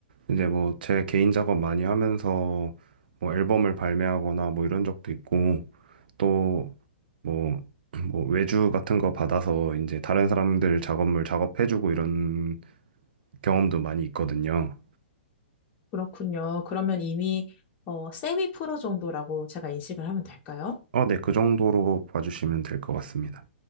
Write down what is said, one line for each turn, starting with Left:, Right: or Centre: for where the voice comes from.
Right: 이제 뭐 제 개인 작업 많이 하면서 뭐 앨범을 발매하거나 뭐 이런 적도 있고, 또 뭐, 뭐 외주 같은 거 받아서 이제 다른 사람들 작업물 작업해주고 이런 경험도 많이 있거든요.
Left: 그렇군요. 그러면 이미 어, 세미 프로 정도라고 제가 인식을 하면 될까요?
Right: 어, 네, 그 정도로 봐주시면 될 것 같습니다.